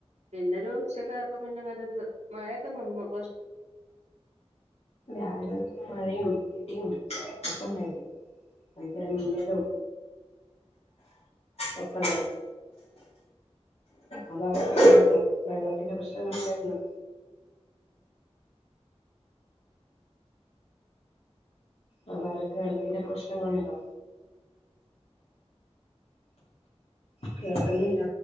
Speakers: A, on the right; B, on the left.
A: പിന്നെ ഒരു ഉച്ച ആയപ്പോ പിന്നെ അങ്ങനെ ഒരു മഴയൊക്കെ നിന്നു.
B: രാവിലെ തുടങ്ങി മഴയും ഇടിയും ഒക്കെ ഉണ്ടായി. വയക്കര മിന്നലും ഒക്കെ ഉണ്ടായി. അതാത് പ്രശ്നമായിരുന്നു. വെള്ളത്തിന്റെ പ്രശ്നങ്ങൾ ഉണ്ടായിരുന്നു. ആ ഭാഗത്ത് വെള്ളത്തിന്റെ പ്രശ്നങ്ങൾ ഉണ്ടോ. കേൾക്കുന്നില്ല.